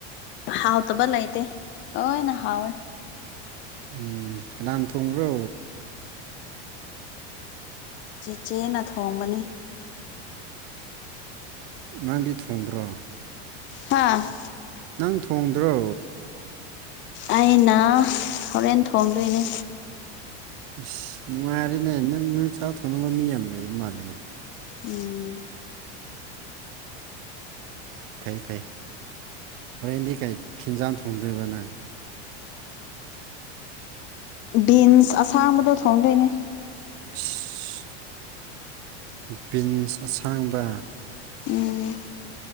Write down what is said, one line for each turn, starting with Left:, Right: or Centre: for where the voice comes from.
Left: ꯍꯥꯎ ꯇꯕ ꯂꯩꯇꯦ ꯂꯣꯏꯅꯥ ꯍꯥꯎꯋꯦ
Right: ꯎꯝ ꯀꯅꯥꯅ ꯊꯣꯡꯕ꯭ꯔꯣ
Left: ꯆꯦꯆꯦꯅ ꯊꯣꯡꯕꯅꯤ
Right: ꯅꯪꯗꯤ ꯊꯣꯡꯗ꯭ꯔꯣ
Left: ꯍꯥꯥ
Right: ꯅꯪ ꯊꯣꯡꯗ꯭ꯔꯣ
Left: ꯑꯩꯅ ꯍꯣꯔꯦꯟ ꯊꯣꯡꯗꯣꯏꯅꯤ
Right: ꯑꯁ ꯅꯨꯡꯉꯥꯏꯔꯦꯅꯦ ꯅꯪ ꯅꯣꯏ ꯆꯥꯛ ꯊꯣꯡꯅꯕ ꯃꯤ ꯌꯥꯝ ꯂꯩꯕ ꯃꯥꯜꯂꯦꯅꯦ
Left: ꯎꯝ
Right: ꯐꯩ ꯐꯩ ꯍꯣꯔꯦꯟꯗꯤ ꯀꯩ ꯈꯦꯟꯖꯥꯡ ꯊꯣꯡꯗꯣꯏꯕ ꯅꯪ
Left: ꯕꯤꯟꯁ ꯑꯁꯥꯡꯕꯗꯣ ꯊꯣꯡꯗꯣꯏꯅꯦ
Right: ꯏꯁ ꯕꯤꯟꯁ ꯑꯁꯥꯡꯕ
Left: ꯎꯝ